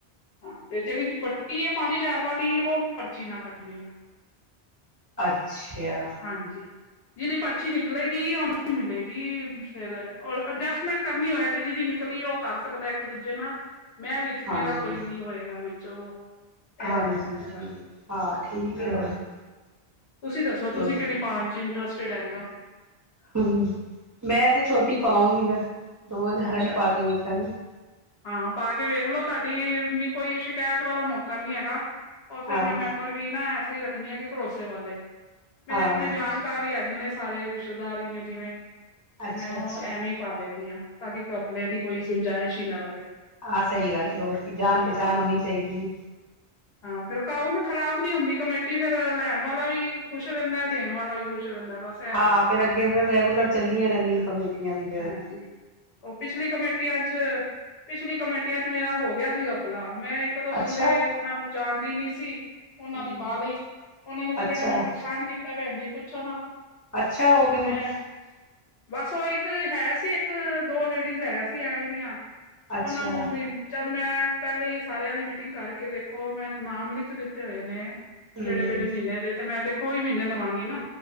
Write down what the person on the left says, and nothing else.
ਹਾਂ, ਤੇ ਜੇੜੀ ਵੱਡੀ ਏ ਪਾੰਜ ਹਜਾਰ ਵਾਲੀ, ਓ ਮੈਂ ਪਰਚੀ ਨਾ ਕੱਡਨੀ ਆ। <inaudible>
ਹਾਂਜੀ। ਜਿਦੀ ਪਰਚੀ ਨਿਕਲੇਗੀ, ਓਨੂੰ ਈ ਮਿਲੇਗੀ ਫੇਰ ਓਰ ਅਡਜਸਟਮੈਂਟ ਕਰਨੀ ਹੋਏ ਤੇ ਜੀਦੀ ਨਿਕਲੀ ਏ, ਓ ਕਾਰ ਸਕਦਾ ਇੱਕ ਦੂਜੇ ਨਾਲ। ਮੇ ਵਿੱਚ
ਮੇਰਾ ਕੋਈ ਨੀ ਹੋਏਗਾ ਵਿੱਚ ਓ। ਏ
ਹੋ ਜਾਂਦਾ ਜਰਾ
ਹਾਂ,
ਤੁਸੀਂ ਦੱਸੋ ਤੁਸੀ
ਕੇੜੀ ਪਾਣ ਚ ਇੰਟਰਸਟਿਡ ਹੈਗੇ ਹੋ।
ਅੱਛਾ
ਹਾਂ, ਪਾ ਕੇ ਵੇਖਲੋ ਤੁਹਾਡੀ ਵੀ ਕੋਈ ਸ਼ਿਕਾਇਤ ਵਾਲਾ ਮੌਕਾ ਨੀ ਹੈਗਾ। ਔਰ ਫੇਰ
ਮੈਂ ਮੈਂਬਰ ਵੀ ਨਾ ਐਸੇ ਹੀ ਰੱਖਣੀ ਆ ਕਿ ਭਰੋਸੇ ਵਾਲੇ ਮੇਰੇ
ਅਪਣੇ ਜਾਣਕਾਰ ਹੀ ਹੈਗੇ ਨੇ ਸਾਰੇ ਰਿਸ਼ਤੇਦਾਰ ਹੀ ਨੇ ਜਿਵੇਂ ਤੇ
ਮੈਂ ਉਹ
ਐਵੇਂ ਹੀ ਪਾ ਲੈਂਣੀ ਹਾਂ। ਤਾਂਕੀ ਘਪਲੇ ਦੀ ਕੋਈ ਗੁੰਜਾਇਸ਼ ਹੀ ਨਾ ਰਵੇ।
ਹਾਂ
<inaudible> ਹਾਂ, ਫੇਰ ਕਾ ਓ ਨਾ ਖਰਾਬ ਨੀ ਹੁੰਦੀ ਕਮੇਟੀ, ਫੇਰ ਲੈਣ ਵਾਲਾ ਵੀ ਖੁਸ਼ ਰਹਿੰਦਾ ਦੇਣ ਵਾਲਾ ਵੀ ਖੁਸ਼ ਰਹਿੰਦਾ ਬਸ ਇਹ ਹੋ
ਜਾਂਦਾ
ਹਾਂਜੀ ਉਹ ਪਿਛਲੀ ਕਮੇਟੀਆਂ ਚ ਪਿਛਲੀ ਕਮੇਟੀਆਂ ਚ ਮੇਰਾ ਹੋ ਗਿਆ ਸੀ ਘਪਲਾ, ਮੈਂ ਇੱਕ ਦੋ ਬੰਦੇ
ਜਿਨਾਂ ਨੂੰ ਜਾਣਦੀ ਨੀ ਸੀ
ਉਹਨਾਂ ਦੀ ਪਾ ਲਈ, ਉਹਨਾਂ ਨੇ ਤੇ
ਜਿਹੜਾ ਮੈਨੂੰ ਪਰੇਸ਼ਾਨ ਕੀਤਾ ਭੈਣ ਜੀ ਪੁੱਛੋ ਨਾ,
ਮੈਂ ਬਸ ਉਹ ਇੱਕ ਹੈ ਸੀ ਇੱਕ ਦੋ ਲੇਡੀਜ਼ ਹੈ ਸੀ ਐਵੇਂ ਦੀਆਂ
ਉਹਨਾਂ ਨੂੰ ਜਦ ਮੈਂ ਪਹਿਲੇ ਹੀ ਸਾਰਿਆਂ ਦੀ ਮੀਟਿੰਗ ਕਰਕੇ ਦੇਖੋ ਮੈਂ ਨਾਮ ਲਿਖ ਦਿੱਤੇ ਹੋਏ ਨੇ
ਜਿਹੜੇ-ਜਿਹੜੇ ਮਹੀਨੇ ਦੇ ਤੇ ਮੈਂ ਦੇਖੋ ਓਹੀ ਮਹੀਨੇ ਦੇਵਾਂਗੀ ਨਾ,